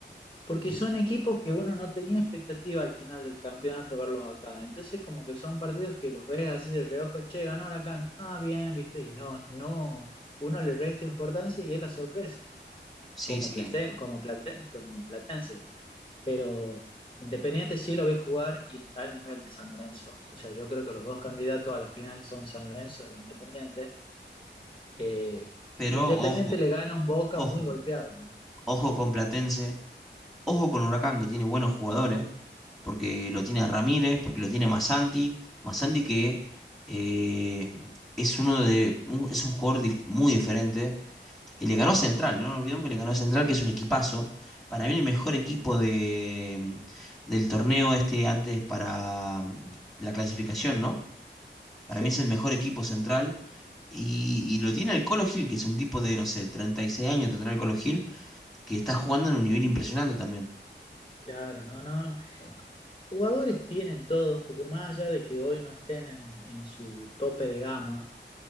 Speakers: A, on the left (about 25°); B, in the centre.
A: Porque
B: Sí,
A: son equipos que uno no tenía expectativa al final del campeonato verlos acá. Entonces como que son partidos que los ves así de reojo, che, ganó Huracán, ah, bien, viste, y no, no, uno le resta importancia y es la sorpresa,
B: sí,
A: como,
B: sí.
A: plate- como, plate- como platense. Pero Independiente sí lo ve jugar y está al nivel de San Lorenzo. O sea, yo creo que los dos candidatos a la final son San Lorenzo e Independiente. Eh,
B: Pero
A: Independiente
B: ojo,
A: le gana un Boca
B: ojo,
A: muy golpeado, ¿no?
B: ojo
A: Sí,
B: con Platense. Ojo con Huracán, que tiene buenos jugadores, porque lo tiene a Ramírez, porque lo tiene a Masanti. Masanti que eh, es uno de, un- es un jugador dif- muy diferente. Y le ganó a Central, no nos olvidemos que le ganó a Central, que es un equipazo. Para mí el mejor equipo de, del torneo este antes para mm, la clasificación, ¿no? Para
A: sí,
B: mí es el mejor equipo Central. Y, y lo tiene el Colo Gil, que es un tipo de, no sé, 36 años tendrá el Colo Gil, que está jugando en un nivel impresionante también.
A: claro, no, no. no. Jugadores tienen todos, porque más allá de que hoy no estén en, en su tope de gama,